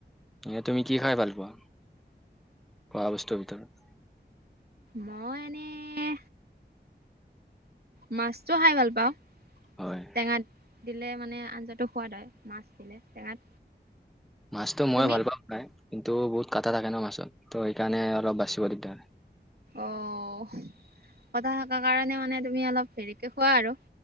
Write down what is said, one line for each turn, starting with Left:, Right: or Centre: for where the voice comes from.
Centre: এ তুমি কি খাই ভাল পোৱা? খোৱা বস্তুৰ ভিতৰত?
Right: মই এনেই মাছটো খাই ভাল পাওঁ,
Centre: হয়
Right: টেঙা দিলে মানে আঞ্জাটো সোৱাদ হয়, মাছ দিলে টেঙাত
Centre: মাছটো ময়ো
Right: তুমি?
Centre: ভাল পোৱা খাই কিন্তু বহুত কাটা থাকে ন মাছত, ত সেইকাৰণে অলপ বাচিব দিগদাৰ হয়।
Right: অহ', কথা হতৰ কাৰণে মানে তুমি অলপ হেৰীকে খোৱা আৰু',